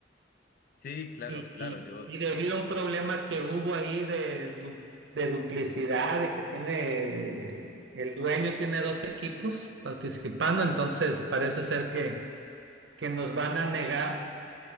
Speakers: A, on the left; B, on the right.
A: Sí, claro,
B: Y,
A: claro,
B: y-
A: yo.
B: y
A: s-
B: debido a un problema
A: s-
B: que hubo ahí de, du- de duplicidad, de que tiene, el dueño tiene dos equipos participando, entonces parece ser que, que nos van a negar.